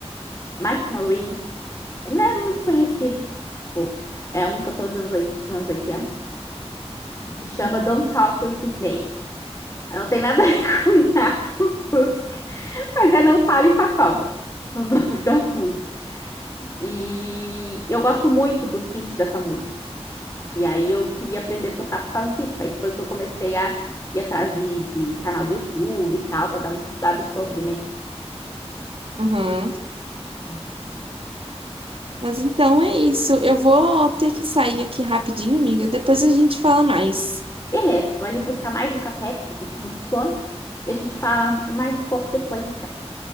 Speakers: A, on the left; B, on the right.
A: Mike Marine. É, Não é muito conhecido, tipo, é um cantor dos anos, oit- dos anos 80, que se chama
B: Uhum,
A: Don't Talk with Snake. Não tem nada a ver <laughs> com nada a música, mas é Não Fale com a Cobra, o nome da música. E eu gosto muito do synth dessa música. E aí eu queria aprender a tocar por causa disso. Aí foi que eu comecei a ir atrás de, de canal do YouTube e tal, para dar uma estudada sobre, né?
B: uhum.
A: É.
B: Mas então é isso. Eu vou ter que sair aqui rapidinho, amiga. Depois a gente fala mais.
A: Beleza, vou ali buscar mais um café, porque eu continuo com sono. E a gente fala mais um pouco depois, então.